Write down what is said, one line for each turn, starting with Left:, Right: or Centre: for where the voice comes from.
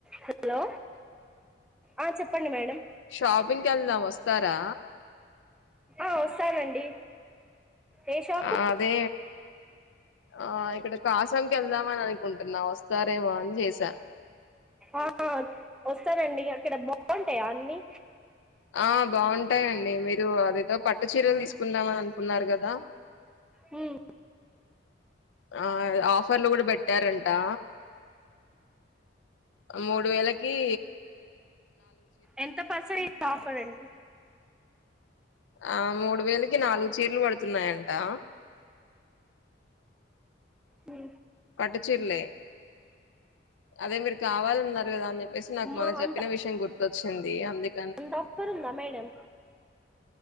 Centre: Hello ఆ చెప్పండి madam
Left: షాపింగ్కి వెళ్దాం వస్తారా
Centre: ఆ వస్తానండి ఏ షాపు
Left: ఆ అదే ఆ ఇక్కడ కాసంకి వెళ్దామని అనుకుంటున్నా వస్తారేమో అని చేసా.
Centre: ఆ వస్తానండీ అక్కడ బాగుంటాయా అన్నీ.
Left: ఆ బావుంటాయండి మీరు అదేదో పట్టు చీరలు తీసుకుందామని అనుకున్నారు గదా
Centre: మ్మ్.
Left: ఆ ఆఫర్ లో కూడా పెట్ పెట్టారంటా మూడు వేలకి ఈ
Centre: ఎంత పర్సంటే <inaudible> ఆఫర్ అండి.
Left: ఆ మూడు వేలకి నాలుగు చీరలు పడుతున్నాయంటా.
Centre: హు
Left: పట్టు చీరలే అదే మీర్ కావాలన్నారు గదా అని చెప్పసీ, నాకు
Centre: మా
Left: మొన్న చెప్పిన
Centre: అంత
Left: విషయం గుర్తొచ్ చ్చిందీ అందుక్
Centre: అంత ఆఫ <inaudible> ఉందా మేడం.